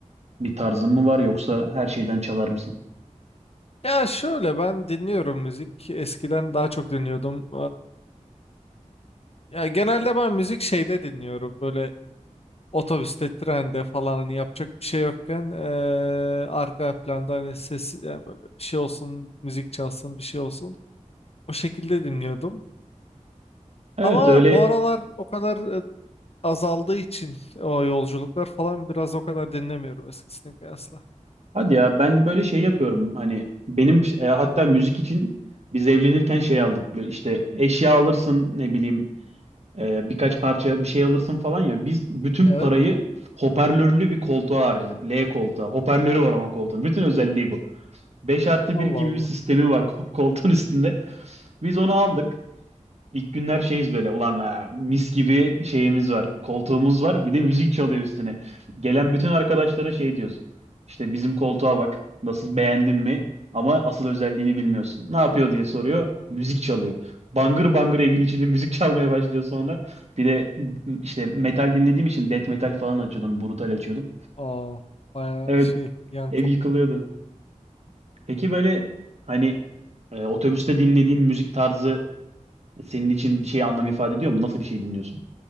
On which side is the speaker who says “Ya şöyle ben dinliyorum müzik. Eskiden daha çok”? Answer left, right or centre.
Left